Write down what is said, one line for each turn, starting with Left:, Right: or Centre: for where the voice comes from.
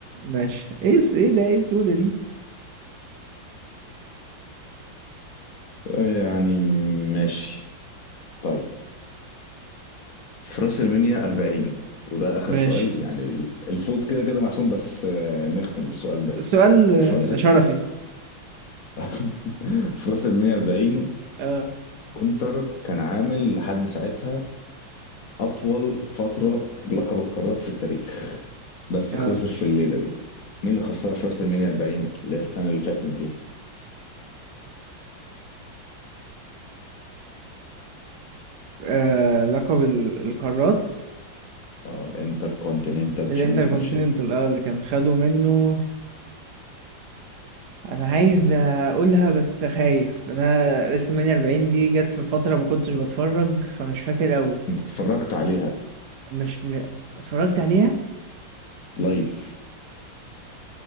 Right: ماشي ايه الس- ايه ده ايه السودة دي
Left: يعني ماشي طيب في راس المنيا 40 وده اخر
Right: ماشي
Left: سؤال يعني الفوز كده كده محسوم بس آه، نختم بالسؤال ده
Right: سؤال آه،
Left: في راس المنيا
Right: شرفي
Left: <laughs> في راس المنيا 40
Right: اه
Left: <laughs> كونتر كان عامل لحد ساعتها أطول فترة بلقب القارات في التاريخ بس
Right: اه
Left: خسر في الليلة دي مين اللي خسرها في راس المنيا 40 اللي هي السنة اللي فاتت دي
Right: آه، لقب ال- القارات
Left: اه الانتر كونتيننتال
Right: الانتركونتيننتال
Left: تشامبيونشيب
Right: اه اللي كان خدوا منه انا عايز اقولها بس خايف انا ريسل مانيا 40 دي جت في فتره ما كنتش بتفرج فمش فاكر قوي
Left: انت اتفرجت عليها
Right: مش م... اتفرجت عليها
Left: لايف